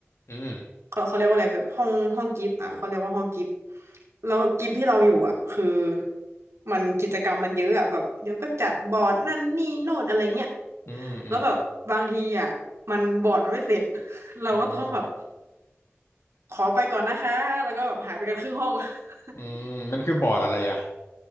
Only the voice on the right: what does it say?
เขาเขาเรียกว่าอะไรแบบห้องห้องกิฟต์อ่ะเขาเรียกว่าห้องกิฟต์แล้วกิฟต์ที่เราอยู่อ่ะคือมันกิจกรรมมันเยอะอ่ะแบบเดี๋ยวก็จัดบอร์ดนั่นนี่โน่นอะไรเงี้ย
แล้วแบบบางทีอ่ะมันบอร์ดมันไม่เสร็จ <laughs> เราก็ต้องแบบ
ขอไปก่อนนะคะแล้วก็แบบหายไปกันครึ่งห้อง <laughs>